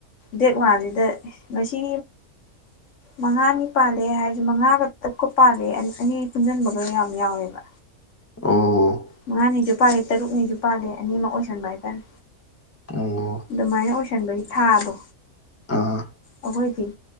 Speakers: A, on the left; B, on the left.
A: ꯗꯦꯠ ꯋꯥꯟꯖꯤꯗ ꯉꯁꯤ ꯃꯉꯥꯅꯤ ꯄꯥꯜꯂꯦ ꯍꯥꯏꯗꯤ ꯃꯉꯥꯒ ꯇꯨꯛꯀꯥ ꯄꯥꯜꯂꯦ ꯑꯅꯤ ꯄꯨꯟꯁꯤꯟꯕꯒ ꯌꯥꯝ ꯌꯥꯎꯋꯦꯕ
B: ꯑꯣ
A: ꯃꯉꯥꯅꯤꯖꯨ ꯄꯥꯜꯂꯤ ꯇꯔꯨꯛꯅꯤꯖꯨ ꯄꯥꯜꯂꯤ ꯑꯅꯤꯃꯛ ꯑꯣꯏꯁꯟꯕ ꯍꯥꯏꯇꯥꯔꯦ
B: ꯑꯣ
A: ꯑꯗꯨꯃꯥꯏꯅ ꯑꯣꯏꯁꯟꯕꯒꯤ ꯊꯥꯗꯣ
B: ꯑꯥ
A: ꯑꯩꯈꯣꯏꯗꯤ